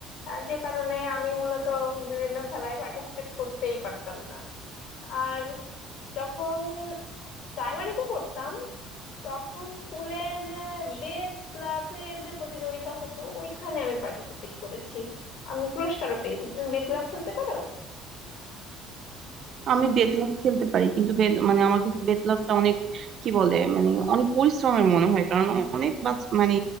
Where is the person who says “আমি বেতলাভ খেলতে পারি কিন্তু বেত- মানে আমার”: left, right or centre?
Right